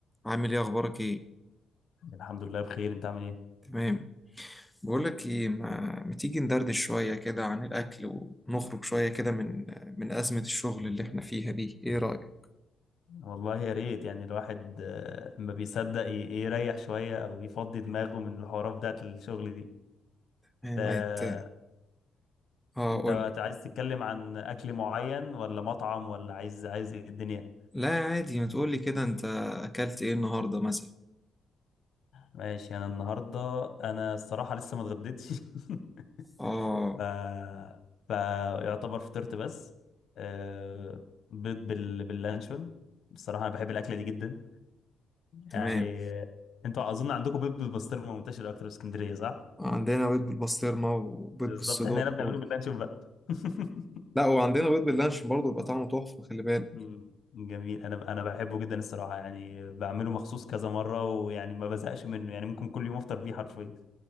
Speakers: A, in the centre; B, on the left (about 60°).
A: عامل ايه اخبارك ايه
B: الحمد لله بخير انت عامل ايه
A: تمام بقول لك ايه ما, ما تيجي ندردش شويه كده عن الاكل ونخرج شويه كده من من ازمه الشغل اللي احنا فيها دي ايه رايك
B: والله يا ريت يعني الواحد آه، ما بيصدق ي- يريح شوية او يفضي دماغه من الحوارات بتاعت الشغل دي
A: إيه ما
B: انت
A: يت... اه
B: انت
A: قول لي
B: عايز تتكلم عن اكل معين ولا مطعم ولا عايز عايز ايه الدنيا
A: لا عادي ما تقول لي كده انت اكلت ايه النهارده مثلا
B: ماشي انا النهاردة انا الصراحة لسه ما اتغديتش <laughs>
A: اه
B: ف فيعتبر فطرت بس آه، بيض بال... باللانشون الصراحة انا بحب الاكلة دي جدا
A: تمام
B: يعني انتوا اظن عندكم بيض بالبسطرمه منتشر اكتر في اسكندريه صح؟
A: عندنا بيض بالبسطرمه وبيض
B: بالظبط
A: بالصدق
B: احنا هنا بنعمله
A: و...
B: باللانشون بقى <laughs>
A: لا وعندنا بيض باللانشون برضه بيبقى طعمه تحفه خلي بالك
B: مم، جميل انا انا بحبه جدا الصراحه يعني بعمله مخصوص كذا مره ويعني ما بزهقش منه يعني ممكن كل يوم افطر بيه حرفيا